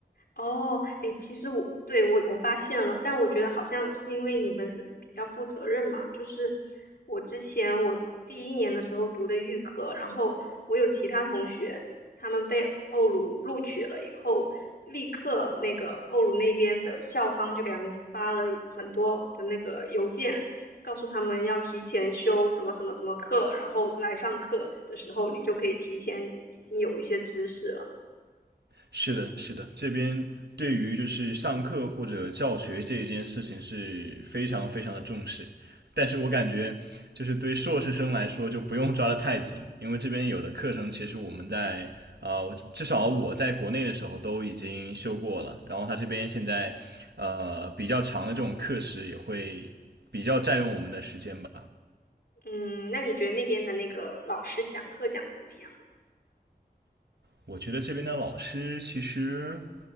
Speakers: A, on the left; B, on the right.
A: 哦，哎，其实我对我我发现了，但我觉得好像是因为你们是比较负责任嘛，就是我之前我第一年的时候读的预科，然后我有其他同学，他们被欧鲁录取了以后，立刻那个欧鲁那边的校方就给他们发了很多的那个邮件，告诉他们要提前修什么什么什么课，然后来上课的时候你就可以提前已经有一些知识了。
B: 是的，是的，这边对于就是上课或者教学这一件事情是非常非常的重视，但是我感觉就是对硕士生来说就不用抓得太紧，因为这边有的课程其实我们在呃至少我在国内的时候都已经修过了，然后他这边现在呃比较长的这种课时也会比较占用我们的时间吧。
A: 嗯，那你觉得那边的那个老师讲课讲的怎么样呢？
B: 我觉得这边的老师其实